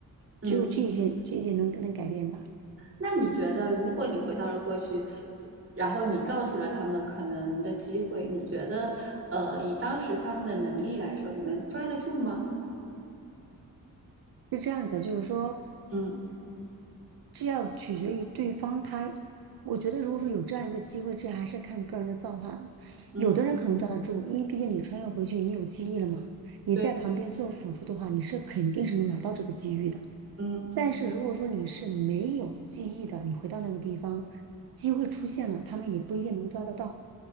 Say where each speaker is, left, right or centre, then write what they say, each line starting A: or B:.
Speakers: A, on the right; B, on the right.
A: 嗯。
B: 只有这一件，这一点能能改变吧？
A: 那你觉得，如果你回到了过去，然后你告诉了他们可能的机会，你觉得呃以当时他们的能力来说，能抓得住吗？
B: 是这样子，就是说，
A: 嗯
B: 这要取决于对方他，我觉得如果说有这样一个机会，这还是看个人的造化的。
A: 嗯，
B: 有的人可能抓得住，因为毕竟你穿越回去，你有记忆了嘛，你在旁边做辅助的话，
A: 对，
B: 你是肯定是能拿到这个机遇的。
A: 嗯。
B: 但是如果说你是没有记忆的，你回到那个地方，机会出现了，他们也不一定能抓得到，